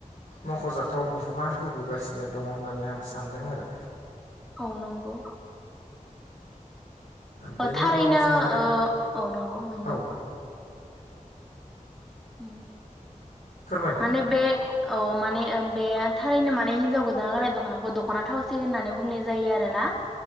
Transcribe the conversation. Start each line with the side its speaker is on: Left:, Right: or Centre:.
Left: मख'जाथाव बिहोमा होबोगासिनो दङ होननानै आं सानदों आरो
Centre: औ नंगौ
Left: बेनि
Centre: थारैनो
Left: उनाव जोङो
Centre: औ‌ ओ नंगौ नंगौ
Left: औ
Centre: ओं
Left: फोरमायलाय
Centre: माने बे औ माने बे थारैनो माने हिन्जाव गोदाना गाननाय दख'नाखौ दख'ना थावसि होननानै बुंनाय जायो आरो ना